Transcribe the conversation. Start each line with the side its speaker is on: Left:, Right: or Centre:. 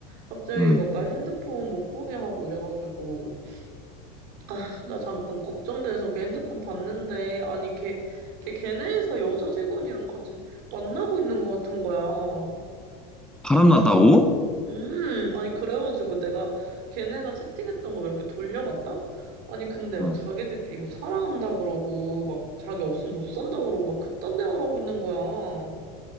Right: 갑자기
Centre: 응.
Right: 막 나 핸드폰 못 보게 하고 이래가지고 아, 나 잠깐 걱정돼서 걔 핸드폰 봤는데 아니, 걔, 걔 걔네 회사 여자 직원이랑 같이 만나고 있는 것 같은 거야.
Centre: 바람 났다고?
Right: 음, 아니, 그래가지고 내가 걔네가 채팅했던 거 이렇게 돌려봤다? 아니, 근데 막
Centre: 응.
Right: 자기들끼리 뭐 사랑한다 그러고, 막 자기 없으면 못 산다 그러고, 막 그딴 대화를 하고 있는 거야.